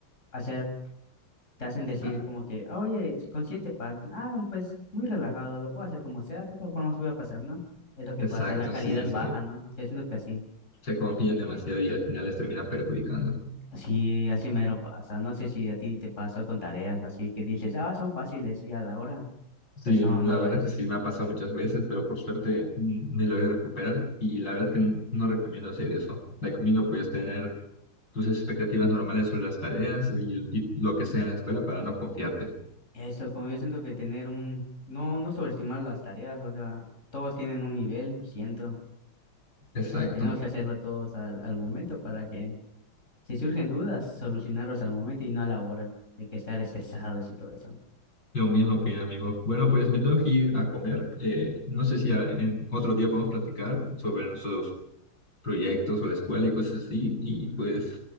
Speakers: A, on the left; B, on the left.
A: hacer te hacen decir
B: Ah,
A: como que, "Ah, oye, con siete pasas, ah, pues muy relajado, lo puedo hacer como sea, de todas formas voy a pasar, ¿no? Es lo que
B: exacto,
A: pasa, la calidad
B: sí, sí.
A: baja, ¿no? Yo siento que así,
B: Se confían demasiado y al final les termina perjudicando.
A: sí, así mero pasa, no sé si a ti te pasó con tareas así que dices, ah, son fáciles y a la hora,
B: Sí,
A: pues no,
B: mm,
A: no
B: la
A: lo
B: verdad
A: es.
B: es que sí me ha pasado muchas veces, pero por suerte mm, me logré recuperar y la verdad es que n- no recomiendo hacer eso. Recomiendo pues tener tus expectativas normales sobre las tareas y, y lo que sea en la escuela para no confiarte.
A: Eso, como yo siento que tener un, no, no sobreestimar las tareas, o sea, todos tienen un nivel, siento,
B: Exacto.
A: y tenemos que hacerlo todos al, al momento para que, si surgen dudas, solucionarlos al momento y no a la hora, de que estar estresados y todo eso.
B: Lo mismo opina, amigo. Bueno, pues me tengo que ir a comer. Eh, no sé si a- en otro día podemos platicar sobre nuestros proyectos o la escuela y cosas así. Y pues